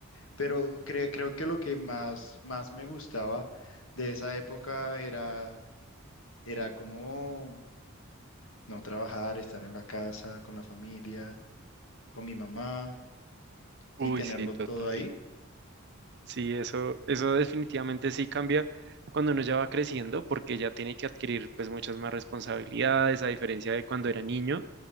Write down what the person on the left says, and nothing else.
pero cre- creo que lo que más, más me gustaba de esa época era, era como... no trabajar, estar en la casa, con la familia, con mi mamá
y tenerlo
todo ahí.